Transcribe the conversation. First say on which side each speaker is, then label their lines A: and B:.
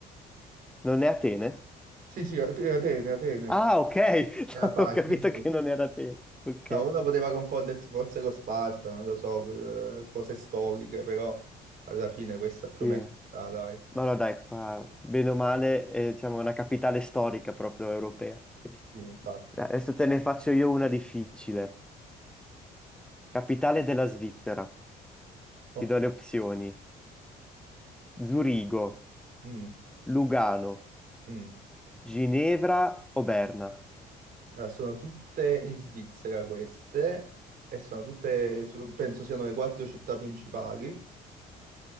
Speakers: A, in the centre; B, on the right.
A: Non è Atene?
B: Sì, sì, At- Atene, Atene.
A: Ah, ok, <laughs>
B: Era
A: No,
B: facile.
A: ho capito
B: questa.
A: che non era te. Ok.
B: No, uno poteva confondersi forse con Sparta, non lo so, per, eh, cose storiche, però alla fine questa più
A: Sì.
B: o meno, ah, dai.
A: No, no, dai, qua, bene o male, è, diciamo, una capitale storica proprio europea. Dai,
B: Sì, infatti.
A: Adesso te ne faccio io una difficile. Capitale della Svizzera.
B: Ok.
A: Ti do le opzioni. Zurigo,
B: Mm,
A: Lugano,
B: mm.
A: Ginevra o Berna.
B: Allora, sono tutte in Svizzera queste, e sono tutte, su- penso siano le quattro città principali.